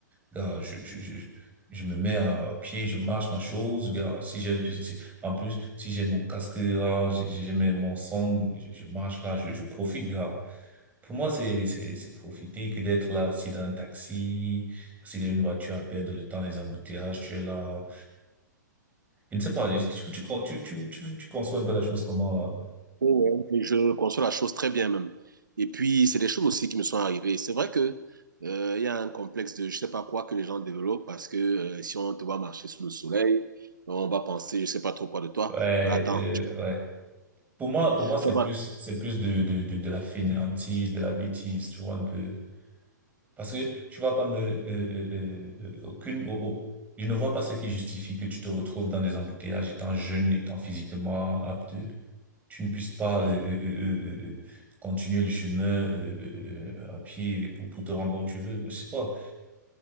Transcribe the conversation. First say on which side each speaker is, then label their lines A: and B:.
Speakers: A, on the right; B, on the right.
A: Gars, je, je, je, je je me mets à, à pied, je marche ma chose. Gars, si j'ai, si- si- en plus, si j'ai mon casque là, j'ai j'ai- j'ai mes- mon son, je, je marche là, je, je profite, gars. Pour moi, c'est, c'est, c'est profiter que d'être là, assis dans un taxi, assis dans une voiture à perdre le temps, les embouteillages, tu es là. Je ne sais pas, tu, tu, tu, tu, tu, tu tu conçois un peu la chose comment là?
B: Ouais, ouais, je conçois la chose très bien même. Et puis, c'est des choses aussi qui me sont arrivées. C'est vrai que euh, il y a un complexe de je sais pas quoi que les gens développent parce que euh, si on te voit marcher sous le soleil, on va penser je sais pas trop quoi de toi.
A: Ouais,
B: Mais attends,
A: euh, ouais. Pour moi, pour
B: tu
A: moi, c'est
B: fais pas.
A: plus, c'est plus de, de, de, de la fainéantise, de la bêtise, tu vois, un peu. Parce que tu vas pas me, euh, euh, euh, euh, aucune, oh, oh, je ne vois pas ce qui justifie que tu te retrouves dans des embouteillages étant jeune, étant physiquement apte, tu ne puisses pas euh, euh, euh, euh, euh, euh, continuer le chemin euh, euh, euh, à pied pour, pour te rendre bon où tu veux. Mais Je sais pas.